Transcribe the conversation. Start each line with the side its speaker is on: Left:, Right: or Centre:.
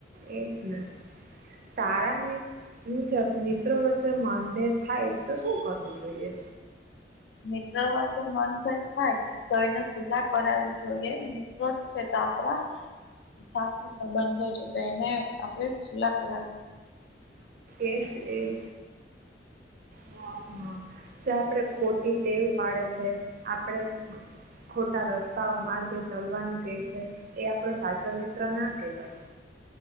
Right: એજ ને તારા જ મિત્રો વચ્ચે માનભેદ થાય તો શું કરવું જોઈએ?
Left: મિત્રો વચ્ચે મન ભેદ થાય- - તો એને સુલાહ કરાવવી જોઈએ મિત્રો જ છે તો આપણા સા સંબંધો છે તો એને આપડે સુલા કરાવી
Right: એજ એજ હ હા. જે આપડે ખોટી ટેવ પાડે છે આપડ ખોટા રસ્તા માર્ગ ચાલવાનું કે છે એ આપડો સાચો મિત્ર ના કહેવાય.